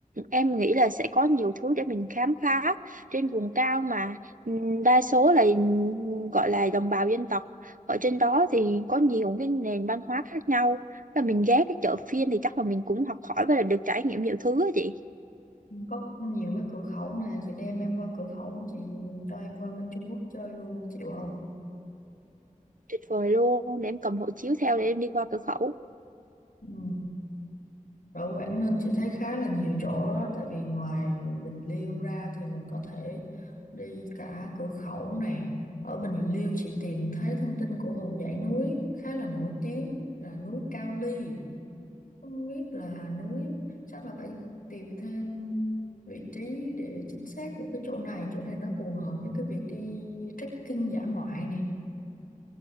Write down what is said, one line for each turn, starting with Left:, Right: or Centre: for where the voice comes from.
Right: em nghĩ là sẽ có nhiều thứ để mình khám phá trên vùng cao mà ừ, đa số là ừm, gọi là đồng bào dân tộc ở trên đó thì có nhiều cái nền văn hóa khác nhau là mình ghé cái chợ phiên thì chắc là mình cũng học hỏi và là được trải nghiệm nhiều thứ á chị
Left: Ừ, Có nhiều cái cửa khẩu nè, chị đem em qua cửa khẩu, chị cho em qua bên Trung Quốc chơi luôn, chịu không?
Right: tuyệt vời luôn để em cầm hộ chiếu theo để em đi qua cửa khẩu
Left: Ừ. Ở Quảng Ninh chị thấy khá là nhiều chỗ đó tại vì ngoài Bình Liêu ra thì mình có thể đi cả Cửa Khẩu này. Ở Bình Liêu chị tìm thấy thông tin của một dãy núi khá là nổi tiếng là núi Cao Ly. Không biết là núi chắc là phải tìm thêm vị trí để chính xác của cái chỗ này, chỗ này nó phù hợp với cái việc đi trekking dã ngoại này.